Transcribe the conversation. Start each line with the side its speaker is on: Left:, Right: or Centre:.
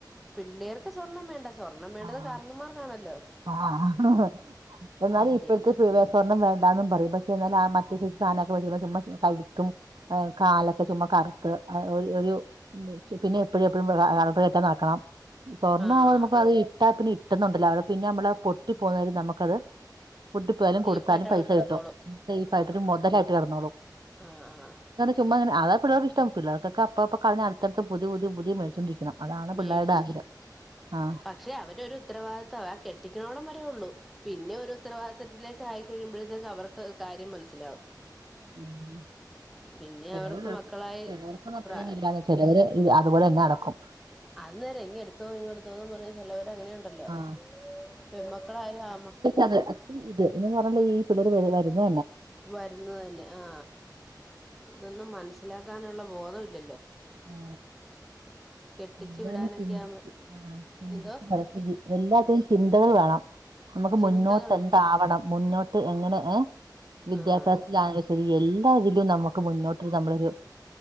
Centre: പിള്ളേർക്ക് സ്വർണം വേണ്ട സ്വർണം വേണ്ടത്
Right: ആഹ്
Centre: കാർണോർക്കാണല്ലോ?
Right: ആഹ് എന്നാലും ഇപ്പോഴത്തെ
Centre: പി
Right: സ്വർണം വേണ്ടന്നും പറയും പക്ഷെ എന്നാൽ മറ്റ ച സാധനമക്കെ വെ ചുമ് കഴിക്കും കാലൊക്കെ ചുമ്മാ കറുത്ത് ഏ ഒരു പിന്നെ എപ്പോഴും എപ്പോഴും <unintelligible> ആകണം സ്വർണ്ണ
Centre: ആഹ്
Right: ആവുമ്പോ നമുക്കത് ഇട്ടാ പിന്നെ ഇട്ടുന്നുണ്ടല്ലോ അവിടെ പിന്നെ നമ്മളത് പൊട്ടി പോകുന്നും നമുക്കത് ഫുഡ് ബലം
Centre: സേഫ്
Right: കൊടുത്താലും
Centre: ആയിട്ട്
Right: പൈസ
Centre: അവിടെ കിടന്നോളും
Right: കിട്ടും സേഫ് ആയിട്ട്
Centre: ആഹ്
Right: മുതലായിട്ട് കടന്നോളൂ
Centre: ആഹ് ആഹ്
Right: ചുമ്മാങ്ങനെ പിള്ളേക്ക് ഇഷ്ടം പിള്ളേർക്ക അപ്പ അപ്പ കളഞ്ഞു അടുത്തടുത്ത പുതി പുതി പുതിയ മേിച്ചുകൊണ്ടരിക്കണം അതാണ്
Centre: മേടിച്ചു
Right: പിള്ളേരുടെ ആഗ്രഹം ആഹ്
Centre: പക്ഷെ അവര്ഒരു ഉത്തരവാദിത്തവം ആ കെട്ടിക്കണോടം വരെയൊള്ളു പിന്നെ ഒരു ഉത്തരവാദിത്തത്തിലേക്ക് ആയിക്കഴിയുമ്പോഴത്തേക്ക് അവർക്ക് കാര്യം മനസ്സിലാവും
Right: ഉം
Centre: പിന്നെ
Right: ചിലള്ളർക്ക
Centre: അവർക്ക് മക്കളായി
Right: ചിലവർക്കും അത്രേന്നുല്ല
Centre: പ്ര
Right: ചിലവര് അതുപോലെന്നെ അടക്കും
Centre: അന്നേരം ഇങ് എടുത്തോ നഇങ് എടുത്തോന്ന് പറഞ്ഞ ചെലവർ അങ്ങനെ ണ്ടല്ലോ
Right: ആഹ്
Centre: പെമ്മക്കളായാലും ആൺമക്കളായാലും
Right: അത് അച് ഇത് എന്ന് പറഞ്ഞുള്ള ഈ പിള്ളേര് വരുത് വരുതന്നെ
Centre: വരുന്നത് തന്നെ ആ ഇതൊന്നും മനസ്സിലാക്കാനുള്ള ബോധം ഇല്ലല്ലോ
Right: ആ
Centre: കെട്ടിച്ചു
Right: എന്ത
Centre: വിടാനൊക്കെ
Right: ചിന്തിച്ച്
Centre: ആവുമ്പോ
Right: ആഹ് ചിന്തിച്ച്
Centre: എന്തോ
Right: എല്ലാത്തിനും ചിന്തകൾ വേണം നമുക്ക്
Centre: ചിന്തകള്
Right: മുന്നോട്ട് എന്താവണം മുന്നോട്ട് എങ്ങനെ ഏഹ് വിദ്യാഭ്യാസത്തിൽ
Centre: ആഹ്
Right: ആ എല്ലാ ഇതിലും നമുക്ക് മുന്നോട്ട് നമ്മളൊരു